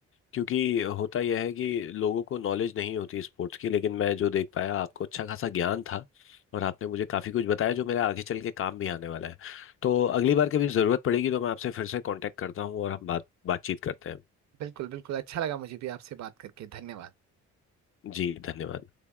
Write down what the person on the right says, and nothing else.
बिल्कुल बिल्कुल अच्छा लगा मुझे भी आपसे बात करके धन्यवाद